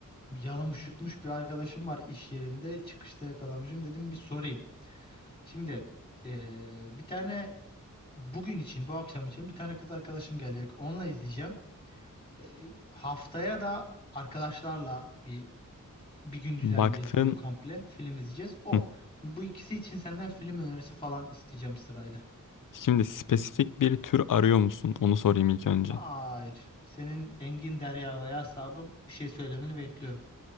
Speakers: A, on the left (about 15°); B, on the left (about 75°).
A: yalamış yutmuş bir arkadaşım var iş yerinde çıkışta yakalamışım dedim bir sorayım şimdi e, bir tane bugün için, bu akşam için bir tane kız arkadaşım gelecek. Onunla izleyeceğim. E, haftaya da arkadaşlarla bir bir gün düzenleyeceğiz
B: Baktığın
A: böyle komple. Film izleyeceğiz. O.
B: Hı.
A: Bu ikisi için senden film önerisi falan isteyeceğim sırayla.
B: Şimdi spesifik bir tür arıyor musun? Onu sorayım ilk önce.
A: Hayır. Senin Engin Derya'ya yasladım. Bir şey söylemeni bekliyorum.